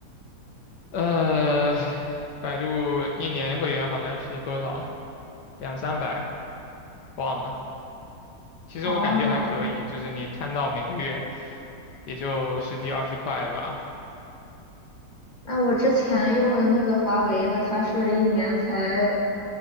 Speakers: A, on the left; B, on the left.
A: 呃，百度一年会员好像是多少？两三百，忘了。其实我感觉还可以，
B: 啊？哦，
A: 就是你摊到每个月也就十几二十块吧。
B: 那我之前用的那个华为的，它是一年才